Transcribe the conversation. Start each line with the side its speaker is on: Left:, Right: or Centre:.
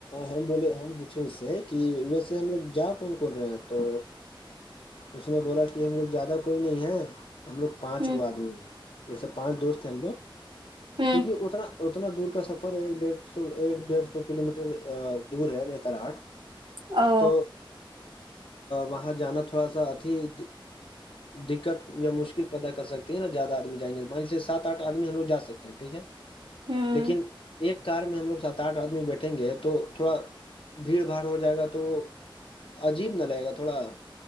Left: ہم بولے ہم پوچھے اس سے کہ جسے ہم لوگ جاؤ کون کون رہے ہیں تو اس نے بولا کہ ہم لوگ زیادہ کوئی نہیں ہے ہم لوگ پانچ
Right: ہ ہ
Left: گو آدمی ہیں جیسے پانچ دوست ہیں ہم لوگ
Right: ہ
Left: کیونکہ اتنا اتنا دور کا سفر ہے ایک ڈیھ سو ایک ڈیڑھ سو کلو میٹر دور ہے نتراہاٹ
Right: او
Left: تو وہاں جانا تھوڑا سا اتیھی دقت یا مشکل پیدا کر سکتی ہے نا زیادہ آدمی جائیں گے سے سات آٹھ آدمی ہم لوگ جا سکتے ہیں ٹھیک ہے
Right: ہوں
Left: لیکن ایک کار میں ہم لگ سات آٹھ آدمی بیٹھیں گے تو تھوڑا بھیڑ بھاڑ ہو جائے گا تو عجیب نہ لے گا تھوڑا